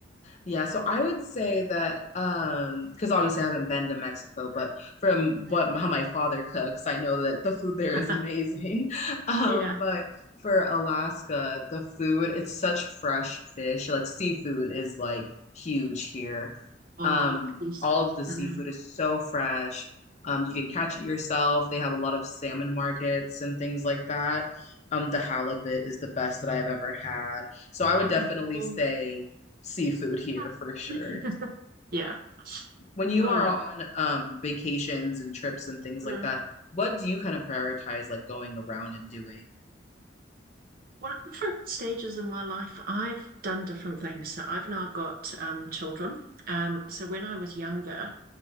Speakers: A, on the left; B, on the right.
A: Yeah, so I would say that um because obviously I haven't been to Mexico, but from
B: Mm.
A: what how my father cooks, I know that the food there
B: <laughs>
A: is amazing. <laughs> Um,
B: Yeah.
A: but for Alaska, the food, it's such fresh fish. Like seafood is like huge here.
B: Oh,
A: Um,
B: yes.
A: all of the seafood
B: Mm.
A: is so fresh. Um, you can catch it yourself. They have a lot of salmon markets and things like that. Um, the halibut is the best that I've ever had. So I would
B: Oh,
A: definitely say seafood here
B: oh.
A: for sure.
B: <laughs> Yeah.
A: When you
B: Oh,
A: are on um vacations and trips and things
B: mm.
A: like that, what do you kind of prioritize like going around and doing?
B: Well, at different stages in my life, I've done different things. So I've now got um, children. Um, so when I was younger,